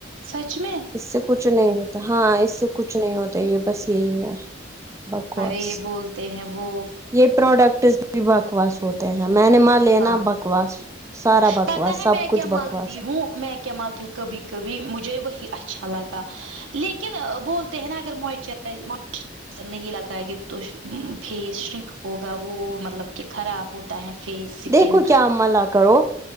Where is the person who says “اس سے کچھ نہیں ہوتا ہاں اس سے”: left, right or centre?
Right